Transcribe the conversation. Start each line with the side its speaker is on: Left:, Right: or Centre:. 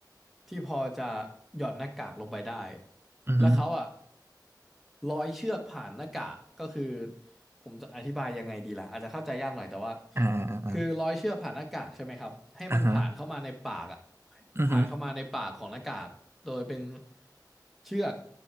Centre: ที่พอจะหย่อนหน้ากากลงไปได้
Right: อือฮึ
Centre: แล้วเขาอ่ะร้อยเชือกผ่านหน้ากากก็คือผมจะอธิบายยังไงดีล่ะอาจจะเข้าใจยากหน่อยแต่ว่า
Right: อ่าอ่าอ่า
Centre: คือร้อยเชือกผ่านหน้ากากใช่ไหมครับให้มันผ่านเข้ามาในปากอ่ะ
Right: อ่าฮะอือฮึ
Centre: ผ่านเข้ามาในปากของหน้ากากโดยเป็นเชือก